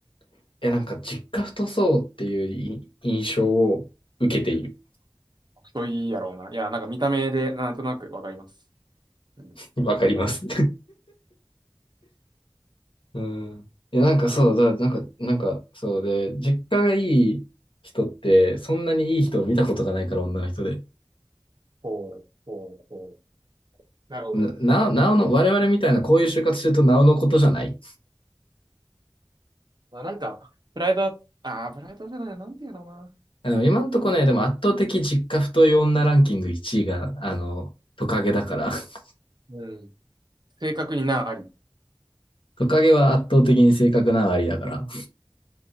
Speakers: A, on the left; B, on the right.
A: いや、なんか実家太そうっていうい印象を受けている。
B: うん。人いいやろうな。いや、なんか見た目で、なんとなくわかります。うん。
A: <laughs> わかります。
B: そしたら
A: うん。いや、なんかそう、
B: な、
A: だ、なんか、なんか、そうで、実家がいい人って、そんなにいい人を見たことがないから、女の人で。
B: ほう、ほう、ほう。なるほど。
A: な、なお、なおの、我々みたいなこういう就活してると、なおのことじゃない
B: まあ、なんか、プライドは、ああ、プライドじゃない、なんていうのかな。
A: あの、今んとこね、でも圧倒的実家太い女ランキング1位が、あの、トカゲだから。<laughs>
B: うん。正確にな、あり。
A: トカゲは圧倒的に性格なありだから。